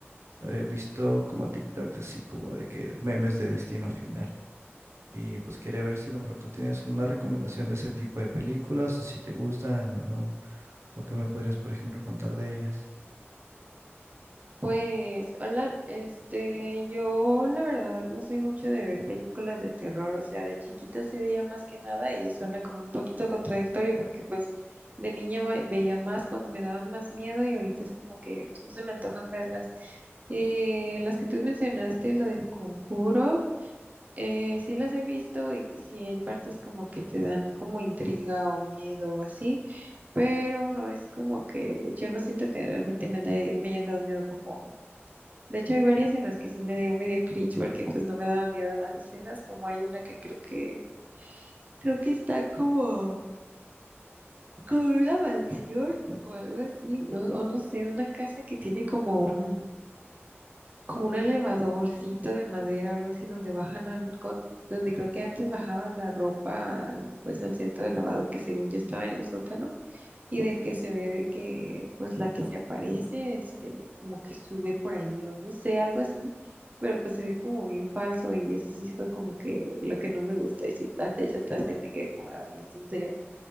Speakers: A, on the right; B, on the right.
A: he visto como TikToks así como de que memes de Destino Final. Y pues quería ver si a lo mejor tú tienes una recomendación de ese tipo de películas o si te gustan o no, o qué me podrías, por ejemplo, contar de ellas.
B: Pues, hola, este, yo la verdad no soy mucho de ver películas de terror, o sea, de chiquita se veía más que nada y suena como un poquito contradictorio porque pues de niña va- veía más cuando me daban más miedo y ahorita es como que pues, no se me antojan verlas. Eh, las que tú mencionaste, la del conjuro, eh, sí las he visto y sí hay partes como que te dan como intriga o miedo o así, pero no es como que yo no siento que realmente me, han da- me hayan dado miedo como de hecho, hay varias en las que sí me dio medio cringe porque pues no me daba miedo las escenas, como hay una que creo que creo que está como como en una mansión o algo así, no o no sé, una casa que tiene como un como un elevadorcito de madera o algo así donde bajan an- con donde creo que antes bajaban la ropa al- pues al centro de lavado que según yo estaba en el sótano y de que se ve de que pues la que se aparece, este, como que sube por ahí o no sé, algo así, pero pues se ve como bien falso y eso sí fue como que lo que no me gustó y sí, hasta hecha hasta ahí me quedé como, ay, en serio.